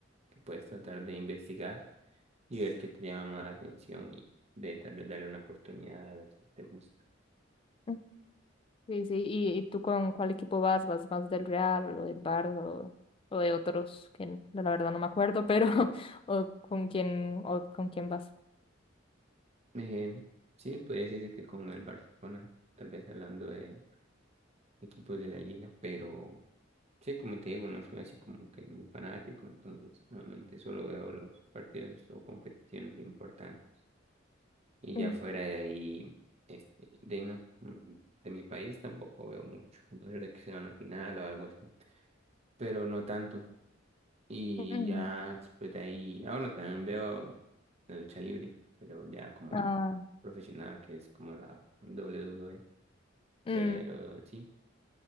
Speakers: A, on the right; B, on the left.
A: que puedes tratar de investigar y ver qué te llama más la atención y de tal vez darle una oportunidad a ver si te gusta.
B: mm. Sí, sí, ¿y, y tú con cuál equipo vas? ¿Vas más del Real o del Barça o, o de otros que n- la verdad no me acuerdo, pero <laughs> o con quién o con quién vas?
A: Eh, sí, puede decirse que con el Barcelona, tal vez hablando de equipos de la liga, pero... Sí, como te digo, no soy así como que muy fanático, entonces normalmente solo veo los partidos o competiciones importantes. Y ya
B: Mm,
A: fuera de ahí, este, de, ahí no, mm, de mi país tampoco veo mucho, a no ser de que sea una final o algo así, pero no tanto. Y
B: mm.
A: ya después de ahí, ah, bueno, también veo la lucha libre, pero ya como
B: Ah,
A: el profesional, que es como la WWE,
B: Mm.
A: pero sí,